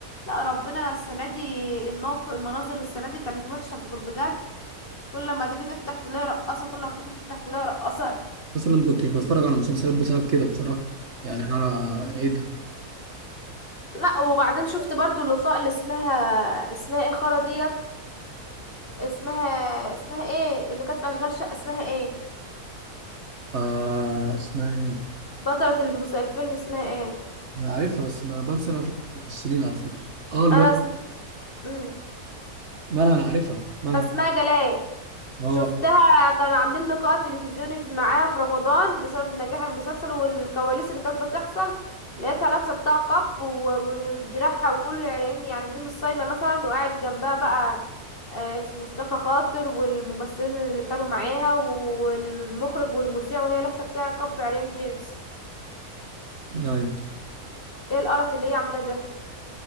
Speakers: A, on the left; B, on the right.
A: لا ربنا السنه دي الموقف المناظر السنه دي كانت وحشه بج- بجد كل ما تيجي تفتح تلاقي رقاصه كل ما تيجي تفتح تلاقي رقاصه
B: اصلا ما كنتش بتفرج على مسلسلات بسبب كده بصراحه يعني انا ايه ده
A: لا وبعدين شفت برضو الوفاء اللي اسمها اسمها ايه خرا ديت اسمها اسمها ايه اللي كانت في اشغال شقه اسمها ايه
B: آه اسمها ايه
A: بطلة المس... الفيلم اسمها ايه
B: انا عارفها بس ما بنسى انا افلام الممثلين على فكره اه المهم
A: انا اسم... مم.
B: مالها انا عارفها مالها
A: اسماء جلال
B: اه
A: شفتها كانوا عاملين لقاء تلفزيوني في- معاها في رمضان بسبب نجاح المسلسل والكواليس اللي كانت بتحصل لقيتها لابسه بتاع كاب و- و- ودراعها وكل عريان يعني دي مش صايمه مثلا وقاعد جنبها بقى آه، اسمه مصطفى خاطر والممثلين اللي كانوا معاها والمخرج والمذيع وهي لابسه بتاع كاب عريان جينز
B: يعني
A: ايه القرف اللي هي عاملاه ده